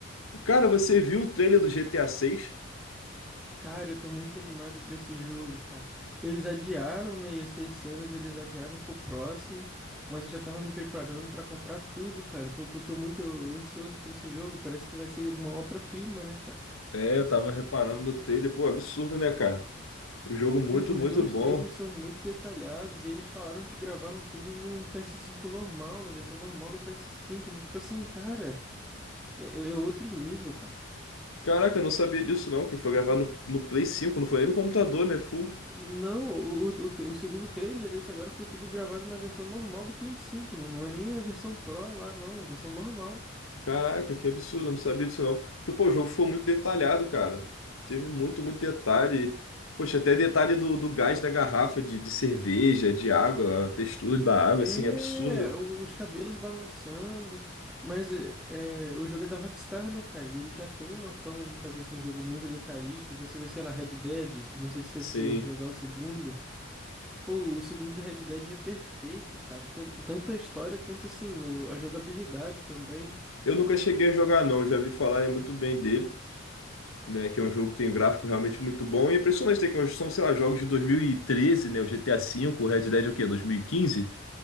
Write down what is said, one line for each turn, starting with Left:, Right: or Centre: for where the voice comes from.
Left: Cara, você viu o trailer do GTA 6?
Centre: Cara, eu tô muito animado pra esse jogo, cara. Eles adiaram, né? Ia ser esse ano, eles adiaram pro próximo. Mas eu já tava me preparando pra comprar tudo, cara. Eu tô, tô, tô muito ansioso pra esse jogo. Parece que vai ser uma obra-prima, né, cara?
Left: É, eu tava reparando no trailer, pô, absurdo, né, cara? O jogo muito,
Centre: O- os
Left: muito
Centre: dois
Left: bom.
Centre: trailers são muito detalhados e eles falaram que gravaram tudo num PS5 normal, na versão normal do PS5. Então, tipo assim, cara, é é outro nível, cara.
Left: Caraca, eu não sabia disso não, que foi gravado no, no Play 5, não foi nem no computador, né? Full
Centre: Não, o, o, o te- o segundo trailer, esse agora foi tudo gravado na versão normal do Play cinco, Não, não é nem a versão Pro lá, não, é a versão normal.
Left: Caraca, que absurdo, eu não sabia disso não. Porque, pô, o jogo foi muito detalhado, cara. Teve muito, muito detalhe. Poxa, até detalhe do, do gás da garrafa de, de cerveja, de água, a textura da água,
Centre: É,
Left: assim, é absurdo.
Centre: o- os cabelos balançando. Mas é, é, o jogo é da Rockstar, né, cara? E ele já tem uma fama de fazer assim, jogo muito detalhista. Então você vê, sei lá, Red Dead. se- Não sei se
Left: Sim.
Centre: você jogou jogar o segundo. Pô, o segundo do Red Dead é perfeito, cara. Tan- Tanto a história quanto assim, o- a jogabilidade também.
Left: Eu nunca cheguei a jogar, não. Já vi falar muito bem dele, né? Que é um jogo que tem um gráfico realmente muito bom. E é impressionante ter que é um, são, sei lá, jogos de 2013, né? O GTA V, o Red Dead é o quê? 2015?